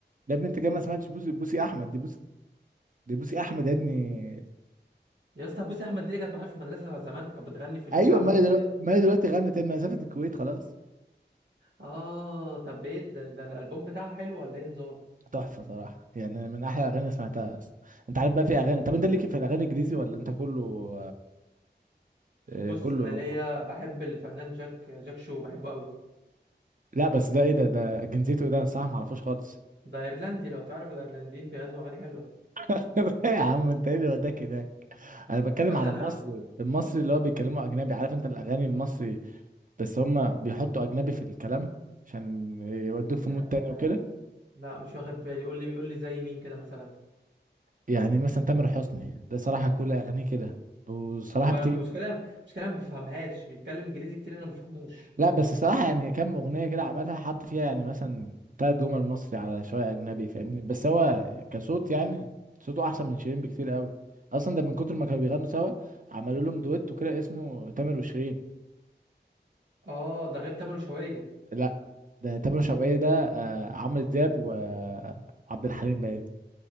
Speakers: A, on the right; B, on the right.
A: ده ابني انت كده ما سمعتش بوسي بوسي احمد دي بوسي دي بوسي احمد يا ابني
B: يا اسطى بوسي أحمد دي اللي كانت معايا في المدرسة زمان كانت بتغني في الإذاعة
A: ايوه
B: المدرسية
A: ما هي دلوقتي ما هي دلوقتي غنت تاني مسافه الكويت خلاص
B: آه طب إيه ده, ده الألبوم بتاعها حلو ولا إيه نظام؟
A: تحفه صراحه يعني من احلى الاغاني اللي سمعتها اصلا انت عارف بقى في اغاني طب انت ليك في الاغاني الانجليزي ولا انت كله آه،
B: بص
A: كله
B: أنا ليا بحب الفنان جاك جاك شو بحبه أوي
A: لا بس ده ايه ده ده جنسيته ايه ده انا الصراحه ما اعرفوش خالص
B: ده ايرلندي لو تعرف الايرلنديين بيغنوا اغاني حلوه
A: <laughs> إيه يا عم انت ايه اللي وداك هناك انا بتكلم
B: يا باشا
A: على
B: انا
A: المصري المصري اللي هو بيتكلموا اجنبي عارف انت الاغاني المصري بس هم بيحطوا اجنبي في الكلام عشان يودوك في
B: آه...
A: مود تاني
B: آه،
A: وكده
B: لا مش واخد بالي قول لي قول لي زي مين كده مثلا
A: يعني مثلا تامر حسني ده صراحة كل أغانيه كده وصراحة
B: هو
A: بتيجي
B: أنا المشكله المشكله أنا ما بفهمهاش بيتكلم انجليزي كتير انا ما بفهموش
A: لا بس صراحة يعني كام أغنية كده عملها حط فيها يعني مثلا تلات جمل مصري على شوية أجنبي فاهمني بس هو كصوت يعني صوته أحسن من شيرين بكتير قوي أصلا ده من كتر ما كانوا بيغنوا سوا عملوا لهم دويت وكده اسمه تامر وشيرين
B: اه ده غير تامر وشوقية
A: لا ده تامر شوقية ده آه، عمرو دياب وعبد الحليم باين